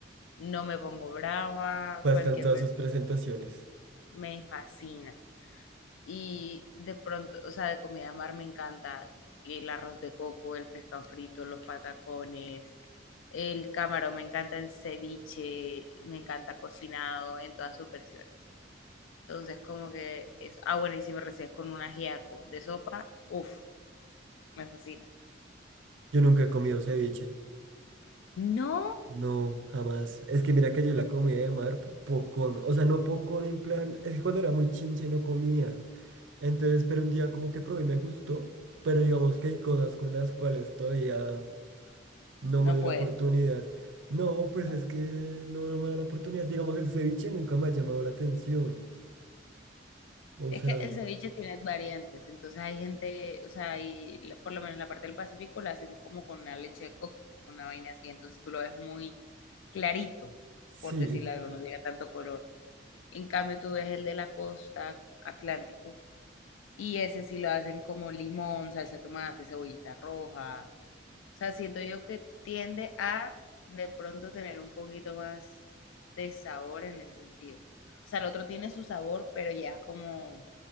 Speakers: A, on the left (about 80°); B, on the right (about 80°).
A: no me pongo brava,
B: Bastan
A: cualquier
B: todas
A: ver-
B: sus presentaciones.
A: me fascina. Y de pronto, o sea, de comida de mar me encanta el arroz de coco, el pescado frito, los patacones, el camarón, me encanta en ceviche, me encanta cocinado en todas sus versiones. Entonces, como que es, ah, bueno, y si me recibes con un ajiaco de sopa, uff, me fascina.
B: Yo nunca he comido ceviche.
A: No,
B: No, jamás. Es que mira que yo la comida de mar, p- pocón. O sea, no pocón en plan. Es que cuando era muy chinche no comía. Entonces, pero un día como que probé y me gustó. Pero digamos que hay cosas con las cuales todavía no
A: No
B: me doy
A: puedes.
B: la oportunidad. No, pues
A: no.
B: es que no, no me da la oportunidad. Digamos, el ceviche nunca me ha llamado la atención. O
A: Es
B: sea,
A: que el ceviche tiene variantes, entonces hay gente, o sea, hay, la- por lo menos la parte del Pacífico la hacen como con una leche de coco, con una vaina así, entonces tú lo ves muy clarito,
B: sí,
A: por decirlo algo, no tiene tanto color. En cambio, tú ves el de la costa Atlántico y ese sí lo hacen como limón, salsa de tomate, cebollita roja, O sea, siento yo que tiende a de pronto tener un poquito más de sabor en ese sentido. O sea, el otro tiene su sabor, pero ya es como